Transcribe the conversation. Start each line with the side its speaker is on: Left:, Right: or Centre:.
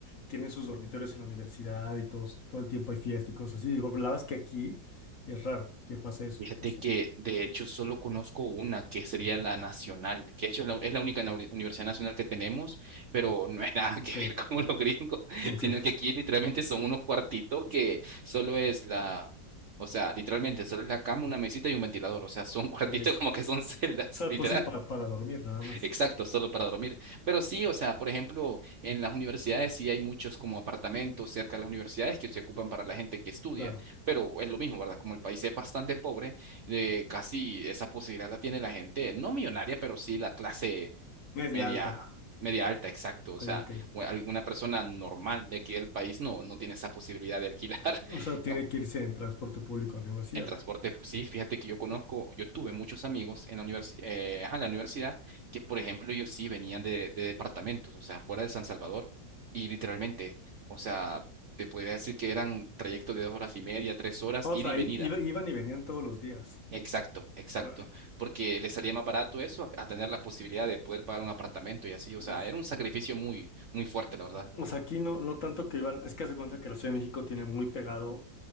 Left: tienen sus dormitorios en la universidad y todos, todo el tiempo hay fiesta y cosas así. Digo, la verdad es que aquí es raro que pase eso.
Right: Fíjate
Left: O sea,
Right: que de hecho solo conozco una que sería la nacional, que de hecho es la, es la única na- universidad nacional que tenemos, pero no es <laughs> nada
Left: ok,
Right: que ver con los gringos, <laughs>
Left: <laughs> ok,
Right: sino que aquí literalmente son unos cuartitos que solo es la... O sea, literalmente solo es la cama, una mesita y un ventilador. O sea, son <laughs> cuartitos
Left: ok.
Right: como que son celdas,
Left: O sea,
Right: <laughs> literal
Left: pues sí, pa- para dormir nada más.
Right: Exacto, solo para dormir. Pero sí, o sea, por ejemplo, en las universidades sí hay muchos como apartamentos cerca de las universidades que se ocupan para la gente que estudia,
Left: Claro,
Right: pero es lo mismo, ¿verdad? Como el país es bastante pobre, eh, casi esa posibilidad la tiene la gente, no millonaria, pero sí la clase
Left: media
Right: media,
Left: alta.
Right: media alta, exacto. O
Left: Ok,
Right: sea,
Left: ok.
Right: u- alguna persona normal de aquí del país no, no tiene esa posibilidad de alquilar. <laughs>
Left: O sea, tiene que irse en transporte público a la universidad.
Right: En transporte, pues, sí, fíjate que yo conozco, yo tuve muchos amigos en la universi- eh, ajá, en la universidad que, por ejemplo, ellos sí venían de, de departamentos, o sea, fuera de San Salvador, y literalmente, o sea, te podría decir que eran trayectos de dos horas y media, tres horas,
Left: O
Right: ida
Left: sea,
Right: y venida.
Left: i- iba- iban y venían todos los días.
Right: Exacto, exacto,
Left: Órale.
Right: porque les salía más barato eso a, a tener la posibilidad de poder pagar un apartamento y así, o
Left: Uf.
Right: sea, era un sacrificio muy, muy fuerte, la verdad.
Left: O sea, aquí no, no tanto que iban, es que haz de cuenta que la Ciudad de México tiene muy pegado